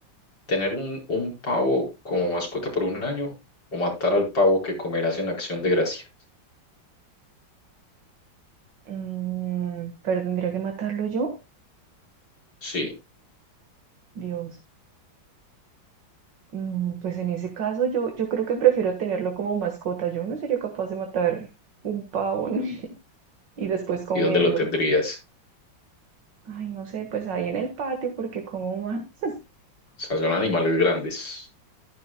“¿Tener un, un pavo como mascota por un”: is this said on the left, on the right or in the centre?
Left